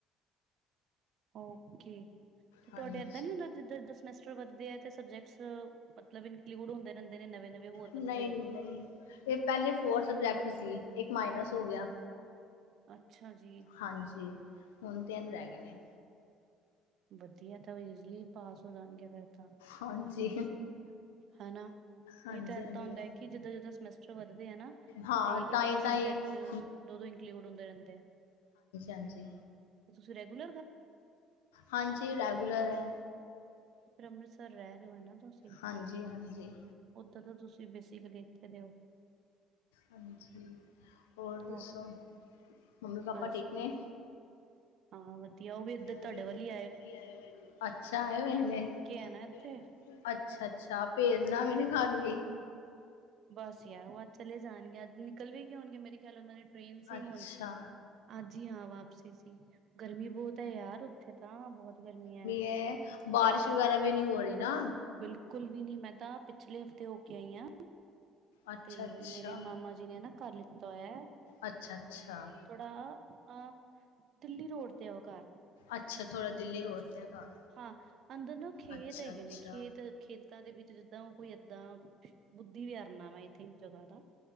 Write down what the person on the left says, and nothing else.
ਹਾਂਜੀ।
ਨਹੀਂ
ਨਹੀਂ।
ਇਹ ਪਹਿਲੇ ਫੋਰ ਸਬਜੈਕਟ ਸੀ। ਇੱਕ ਮਾਈਨਸ ਹੋ ਗਿਆ।
ਹਾਂਜੀ, ਹੁਣ ਤਿੰਨ ਰਹਿ ਗਏ ਨੇ।
ਹਾਂਜੀ।
ਹਾਂਜੀ,
ਹਾਂਜੀ
ਹਾਂ,
ਤਾਂਏ-ਤਾਂਏ।
ਹਾਂਜੀ-
ਹਾਂਜੀ।
ਹਾਂਜੀ ਰੈਗੂਲਰ ਹੈ।
ਹਾਂਜੀ ਹਾਂਜੀ
ਹਾਂਜੀ ਹੋਰ ਦੱਸੋ
ਮੰਮੀ ਪਾਪਾ
ਠੀਕ
ਨੇ?
ਓ ਵੀ ਇਧਰ
ਤੁਹਾਡੇ ਵਲ ਆਏ ਹੋਏ ਨੇ ਅਛਾ ਆਏ ਹੋਏ ਨੇ। ਮੇਰੇ ਨਾਨਕੇ
ਐ ਅੱਛਾ, ਅੱਛਾ ਭੇਜਣਾ ਮੇਰੇ ਘਰ ਵੀ।
ਅੱਛਾ
ਤੇ ਬਾਰਿਸ਼ ਵਗੈਰਾ ਵੀ ਨਹੀਂ ਹੋ ਰਹੀ ਨਾ।
ਅੱਛਾ,
ਅੱਛਾ,
ਅੱਛਾ, ਅੱਛਾ।
ਅੱਛਾ ਥੋੜਾ ਦਿੱਲੀ ਰੋਡ ਤੇ ਘਰ
ਅੱਛਾ
ਅੱਛਾ